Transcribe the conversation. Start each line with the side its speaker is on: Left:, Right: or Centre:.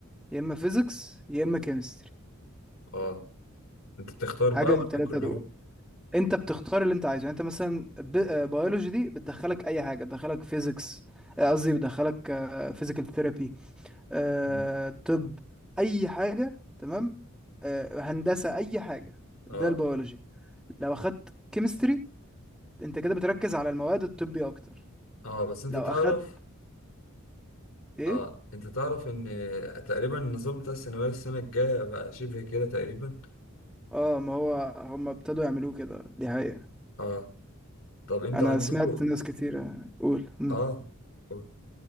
Centre: يا اما فيزيكس يا اما كيمستري
Left: اه انت بتختار
Centre: حاجة
Left: بقى ولا
Centre: من التلاتة
Left: كلهم
Centre: دول انت بتختار اللي انت عايزه يعني انت مثلا بيولوجي دي بتدخلك اي حاجة بتدخلك فيزيكس قصدي بتدخلك فيزيكال ثيرابي آه،
Left: مم.
Centre: طب اي حاجه تمام آه، هندسه اي حاجه
Left: اه
Centre: ده البيولوجي لو اخدت كيمستري انت كده بتركز على المواد الطبي اكتر
Left: اه بس انت
Centre: لو
Left: تعرف
Centre: اخدت ايه
Left: اه انت تعرف ان تقريبا النظام بتاع الثانوية السنة الجاية بقى شبه كده تقريبا
Centre: اه ما هو هم ابتدوا يعملوه كده دي حقيقه
Left: اه طب انتوا
Centre: انا
Left: عندكوا
Centre: سمعت ناس كتير قول مم.
Left: اه قول.